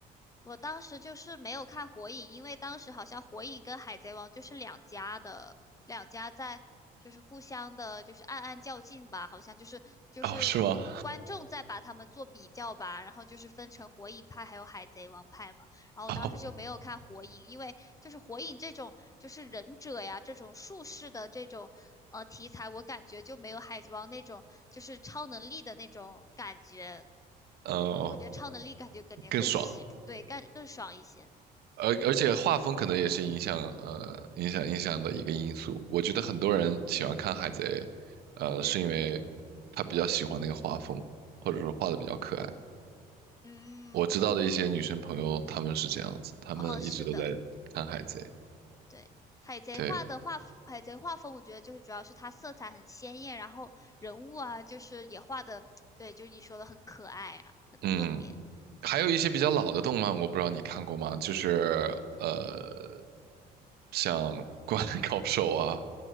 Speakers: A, on the left; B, on the right.
A: 我当时就是没有看《火影》，因为当时好像《火影》跟《海贼王》就是两家的，两家在就是互相的，就是暗暗较劲吧，好像就是就是观众在把他们做比较吧，
B: 哦，是吗？
A: 然后就是分成火影派还有海贼王派嘛。然后我当时就没有看《火影》，
B: <laughs> 哦，
A: 因为就是《火影》这种就是忍者呀这种术士的这种呃题材，我感觉就没有《海贼王》那种就是超能力的那种感觉呃，
B: 呃，
A: 我觉得超能力感觉感觉更喜，
B: 更爽。
A: 对，更更爽一些。
B: 而而且画风可能也是影响呃影响影响的一个因素。我觉得很多人喜欢看《海贼》，呃，是因为他比较喜欢那个画风，或者说画的比较可爱。
A: 嗯，
B: 我知道的一些女生朋友，她们是这样子，她们一直都在看《海贼》。
A: 哦，是的，对，海贼画的画，
B: 对，
A: 海贼画风，我觉得就是主要是它色彩很鲜艳，然后人物啊，就是也画的，对，就是你说的很可爱啊，很特别。
B: 嗯。还有一些比较老的动漫，我不知道你看过吗？就是呃，像《灌篮高手》啊，